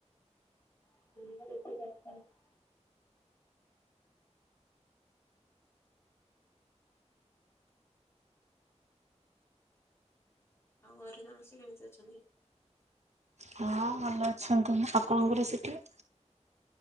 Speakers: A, on the left; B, on the right.
A: <unintelligible> ଆଉ ଘରେ ସମସ୍ତେ କେମିତି ଅଛନ୍ତି
B: ହଁ ଭଲ ଅଛନ୍ତି ଆପଣଙ୍କର ସେଠି?